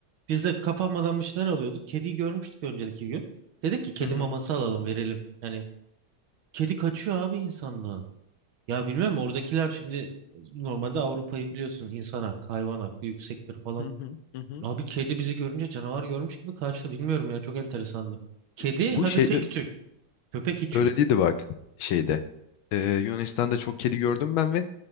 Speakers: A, on the right; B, on the left.
A: Biz de kapanmadan bir şeyler alıyorduk. Kediyi görmüştük önceki gün. Dedik ki kedi
B: Hı hı.
A: maması alalım verelim. Yani kedi kaçıyor abi insandan. Ya bilmiyorum oradakiler şimdi normalde Avrupa'yı biliyorsun insan hakkı, hayvan hakkı yüksektir falan.
B: Hı hı. Hı hı.
A: Abi kedi bizi görünce canavar görmüş gibi kaçtı. Bilmiyorum ya çok enteresandı. Kedi
B: Bu
A: hadi
B: şeyde
A: tek tük. Köpek hiç
B: Öyle
A: yok.
B: değildi bak şeyde. Ee, Yunanistan'da çok kedi gördüm ben ve